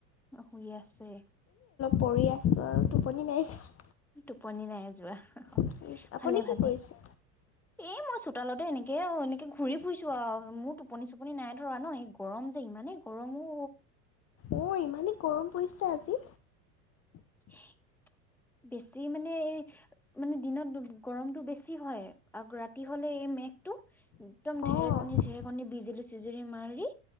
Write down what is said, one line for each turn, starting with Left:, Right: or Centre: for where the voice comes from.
Centre: অ', শুই আছে।
Left: পঢ়ি আছো আৰু টোপনি নাইছোন।
Centre: টোপনি নাই যোৱা অহ
Left: যোৱা আপুনি
Centre: ভালে
Left: কি
Centre: ভালে
Left: কৰিছে
Centre: এ মই চোতালতে এনেকে এনেকে ঘূৰি ফুৰিছো আৰু মোৰ টোপনি চোপনি নাই। <unintelligible> ন এই গৰম যে ইমানেই গৰম ও
Left: অ' ইমানেই গৰম পৰিছে আজি।
Centre: <unintelligible> বেছি মানে মানে দিনত গৰমটো বেছি হয়। আগ ৰাতি ৰাতি হ'লে এই মেঘটো একদম ঢেৰেকণী
Left: অঁ
Centre: চেৰেকণী বিজুলীছ বিজুলী মাৰি